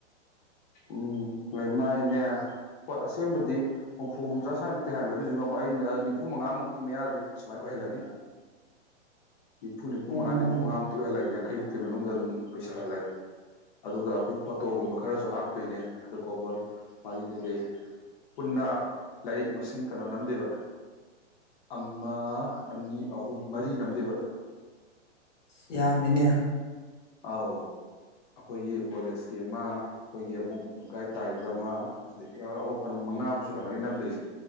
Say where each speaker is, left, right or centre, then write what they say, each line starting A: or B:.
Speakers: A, on the left; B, on the left.
A: ꯎꯝ ꯂꯩꯃꯥꯏꯅꯦ ꯍꯣꯏ ꯑꯁꯦꯡꯕꯗꯤ ꯍꯨꯝꯐꯨ ꯍꯨꯝꯗ꯭ꯔꯥ ꯁ꯭ꯋꯥꯏꯃꯨꯛꯇꯤ ꯍꯥꯏꯃꯦ ꯑꯗꯨꯏꯁꯨ ꯉꯝꯃ ꯑꯩ ꯅꯤꯐꯨ ꯃꯉꯥꯃꯨꯛꯀꯤ ꯃꯌꯥꯗꯤ ꯁꯨꯃꯥꯏꯅ ꯑꯣꯏꯍꯜꯂꯅꯤ ꯅꯤꯐꯨꯅꯤꯐꯨꯉꯥ
B: ꯑꯣ
A: ꯅꯤꯐꯃꯉꯥꯃꯨꯛꯇ ꯑꯣꯏꯍꯂꯒ ꯌꯥꯡꯩꯕꯨꯛꯀꯤ ꯃꯅꯨꯡꯗ ꯑꯗꯨꯝ ꯂꯣꯏꯁꯜꯍꯜꯂꯒꯦ ꯑꯗꯨꯒ ꯑꯩꯈꯣꯏ ꯐꯣꯇꯣꯒꯨꯝꯕ ꯈꯔꯁꯨ ꯍꯥꯞ ꯐꯩꯅꯦ ꯑꯗꯣ ꯀꯣꯕꯔ ꯃꯥꯒꯤ ꯀꯩ ꯄꯨꯟꯅꯥ ꯂꯥꯏꯔꯤꯛ ꯃꯁꯤꯡ ꯀꯩꯅꯣ ꯅꯝꯗꯦꯕ ꯑꯃ ꯑꯅꯤ ꯑꯍꯨꯝ ꯃꯔꯤ ꯅꯝꯗꯦꯕ
B: ꯁꯤ ꯌꯥꯝꯃꯤꯅꯦꯌꯥ
A: ꯑꯥꯎ ꯑꯩꯈꯣꯏꯒꯤ ꯀꯣꯂꯦꯖꯀꯤ ꯑꯃ ꯑꯩꯈꯣꯏꯒꯤ ꯑꯃꯨꯛ ꯒꯥꯏꯠ ꯇꯥꯔꯤꯕ ꯑꯃ ꯑꯗꯒꯤ ꯑꯃꯨ ꯀꯩꯅꯣ ꯃꯉꯥꯕꯨ ꯁꯨꯔꯝꯒꯅꯤ ꯅꯝꯗꯣꯏꯁꯦ